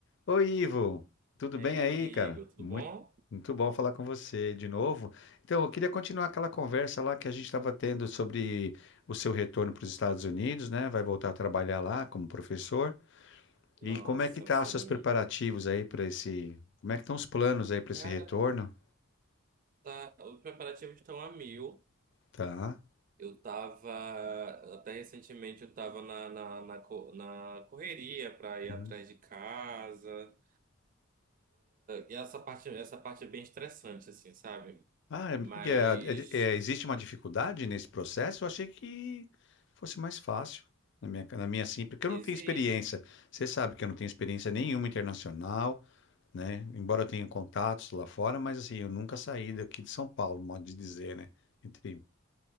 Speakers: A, on the left (about 55°); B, on the right (about 40°).
A: Oi, Ivo, tudo
B: E
A: bem
B: aí,
A: aí,
B: amigo,
A: cara?
B: tudo
A: Muito,
B: bom?
A: muito bom falar com você de novo. Então, eu queria continuar aquela conversa lá que a gente estava tendo sobre o seu retorno para os Estados Unidos, né? Vai voltar a trabalhar lá como professor.
B: Nossa,
A: E como é que tá
B: assim,
A: os seus preparativos aí para esse. Como é que estão os planos aí para
B: cara,
A: esse retorno?
B: tá, os preparativos estão a mil.
A: Tá.
B: Eu tava, até recentemente, eu tava na, na, na, co- na correria pra ir
A: Uhum.
B: atrás de casa. E essa parte, essa parte é bem estressante, assim, sabe?
A: Ah, é, porque
B: Mas
A: é, é- é- existe uma dificuldade nesse processo? Eu achei que fosse mais fácil na minha, na minha sim, porque eu
B: existe.
A: não tenho experiência. Você sabe que eu não tenho experiência nenhuma internacional, né? Embora eu tenha contatos lá fora, mas assim, eu nunca saí daqui de São Paulo, modo de dizer, né? Entre-